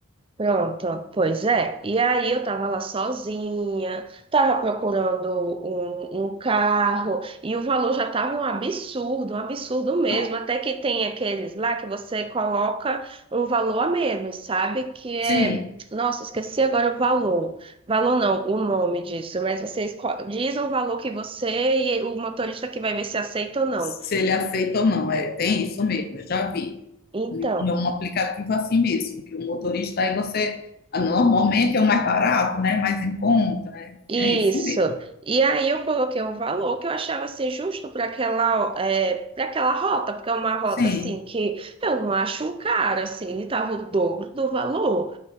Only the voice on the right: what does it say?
Pronto, ó, pois é. E aí eu tava lá sozinha, tava procurando um, um carro, e o valor já tava um absurdo, um absurdo mesmo.
Até que tem aqueles lá que você coloca um valor a menos, sabe? Que é.
Nossa, esqueci agora o valor. Valor não, o nome disso, mas você esco- diz o valor que você e o motorista que vai ver se aceita ou não.
Então.
Isso.
E aí eu coloquei um valor que eu achava assim justo para aquela, é, para aquela rota, porque é uma rota
assim que então, eu não acho caro, assim, ele tava o dobro do valor.